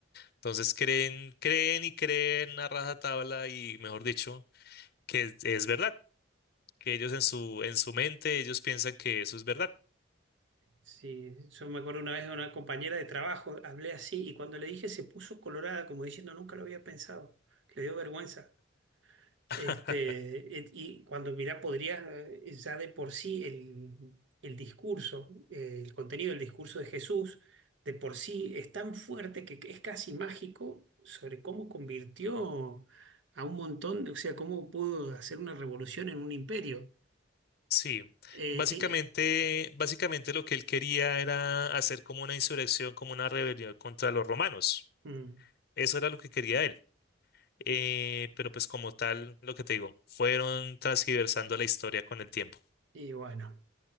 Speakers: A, on the left; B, on the right.
A: Entonces creen, creen y creen a rajatabla y, mejor dicho, que es, es verdad, que ellos en su, en su mente, ellos piensan que eso es verdad.
B: Sí, yo me acuerdo una vez de una compañera de trabajo, hablé así y cuando le dije se puso colorada como diciendo nunca lo había pensado, le dio vergüenza. Este,
A: <laughs>
B: et- y cuando mirá, podría eh, ya de por sí el, el discurso, eh, el contenido del discurso de Jesús, de por sí es tan fuerte que es casi mágico sobre cómo convirtió a un montón, de- o sea, cómo pudo hacer una revolución en un imperio.
A: Sí,
B: Eh,
A: básicamente,
B: eh,
A: básicamente lo que él quería era hacer como una insurrección, como una rebelión contra los romanos.
B: mm,
A: Eso era lo que quería él. Eh, pero pues como tal, lo que te digo, fueron transgiversando la historia con el tiempo.
B: y bueno.